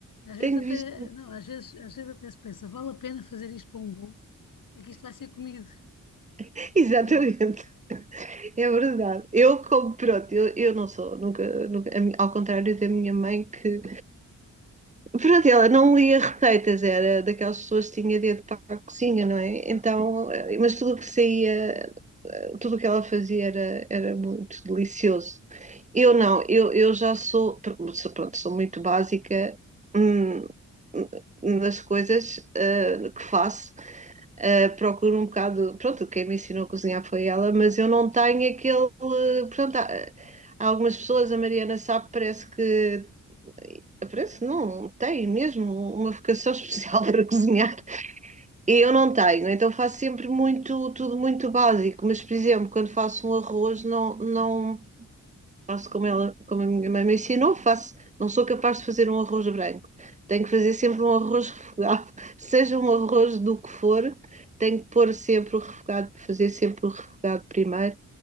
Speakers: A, on the left; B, on the right.
A: Às vezes
B: Tenho
A: até,
B: visto.
A: não, às vezes, às vezes até se pensa, vale a pena fazer isto para um bolo? É que isto vai ser comido.
B: <laughs> Exatamente,
A: É,
B: é verdade. Eu como, pronto, eu, eu não sou, nunca, nunca- ao contrário da minha mãe que Pronto, ela não lia receitas, era daquelas pessoas que tinha dedo para a cozinha, não é? Então, eh, mas tudo o que saía, eh, tudo o que ela fazia era, era muito delicioso. Eu não, eu, eu já sou, sou- pronto, sou muito básica hum, nas coisas eh, que faço. Eh, procuro um bocado, pronto, quem me ensinou a cozinhar foi ela, mas eu não tenho aquele, pronto, há, há algumas pessoas, a Mariana sabe, parece que parece que não tem mesmo uma vocação <laughs> especial para cozinhar. Eu não tenho, então faço sempre muito, tudo muito básico, mas por exemplo, quando faço um arroz, não, não faço como ela, como a minha mãe me ensinou, faço, não sou capaz de fazer um arroz branco. Tenho que fazer sempre um arroz refogado, <laughs> seja um arroz do que for, tenho que pôr sempre o refogado, fazer sempre o refogado primeiro